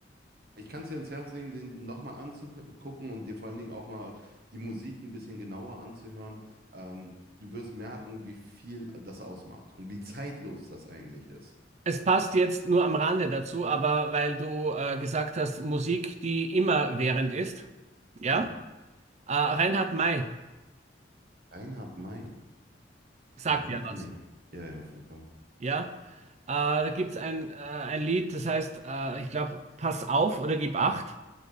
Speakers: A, on the right; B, on the right.
A: ich kann es dir ans Herz legen, den nochmal anzugucken und dir vor allen Dingen auch mal die Musik ein bisschen genauer anzuhören. Ähm, du wirst merken, wie viel das ausmacht und wie zeitlos das eigentlich ist.
B: Es passt jetzt nur am Rande dazu, aber weil du äh, gesagt hast, Musik, die immerwährend ist, ja?
A: Mhm.
B: Äh, Reinhard May
A: Reinhard May.
B: sagt
A: Den Namen
B: ja
A: kenne
B: was.
A: ich auf, ja, ja, auf jeden Fall.
B: Ja. Äh, da gibt es ein, äh, ein Lied, das heißt, äh, ich glaube, Pass auf oder gib acht.